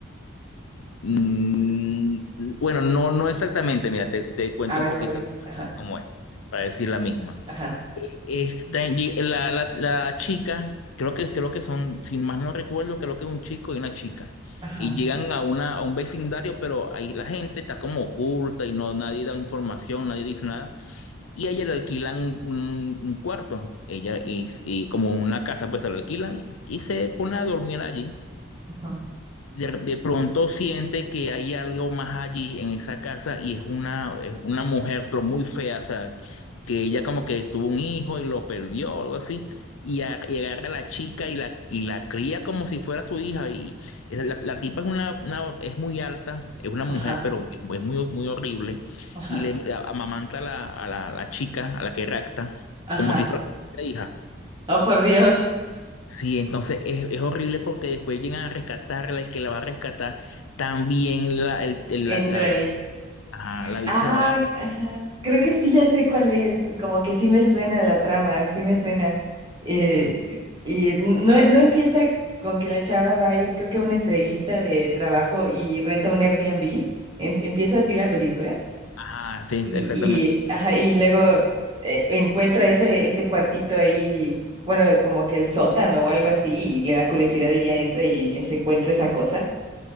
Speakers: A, on the left (about 85°); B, on the right (about 25°).
A: Mm, mm, bueno, no, no exactamente. Mira, te, te cuento
B: A ver
A: un poquito
B: cuál es. Ajá,
A: cómo es, para decir la misma.
B: ajá,
A: Está en- la, la, la chica, creo que, creo que son, sin más no recuerdo, creo que es un chico y una chica.
B: ajá,
A: Y llegan a, una, a un vecindario, pero ahí la gente está como oculta y no nadie da información, nadie dice nada. Y a ella le alquilan un, un cuarto, ella y, y como una casa, pues se la alquilan y se pone a dormir allí
B: ajá,
A: de, de pronto siente que hay algo más allí en esa casa y es una, es una mujer, pero muy fea, o sea, que ella como que tuvo un hijo y lo perdió o algo así, y, a- y agarra a la chica y la, y la cría como si fuera su hija. Y esa- la, la tipa es, una, una- es muy alta, es una mujer,
B: ajá,
A: pero es, es muy, muy horrible,
B: ajá.
A: y le amamanta a la, a la, a la chica, a la que rapta,
B: ajá.
A: como si fuera su hija.
B: Oh, por Dios,
A: Sí, entonces es, es horrible porque después llegan a rescatarla, el que la va a rescatar, también la, el, el-
B: entra
A: la, la,
B: ahí.
A: ajá, la bicha
B: Ah,
A: la agarra.
B: ajá. Creo que sí, ya sé cuál es. Como que sí me suena la trama, sí me suena. Eh,
A: Sí,
B: eh, y n- no, no empieza con que la chava va a ir, creo que a una entrevista de trabajo y renta un Airbnb. ¿Em- ¿Empieza así la película?
A: ajá, sí,
B: Y,
A: exactamente.
B: y, ajá, y luego eh, encuentra ese, ese cuartito ahí, bueno, como que el sótano o algo así, y le da curiosidad y ya entra y eh, se encuentra esa cosa.